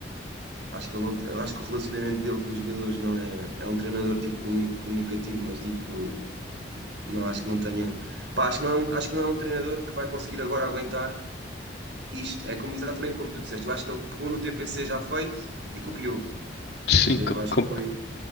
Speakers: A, on the right (about 70°); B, on the left (about 60°).
A: Acho que, ele não, eu acho que o relacionamento dele com os jogadores não é. É um treinador tipo comuni- comunicativo, mas tipo, não acho que não tenha. Pá, acho que não é um, acho que não é um treinador que vai conseguir agora aguentar isto. É como, exatamente como tu disseste. Eu acho que ele pegou no TPC já feito e copiou. Estás
B: Sim,
A: a ver?
B: com-
A: Eu acho
B: com-
A: que foi,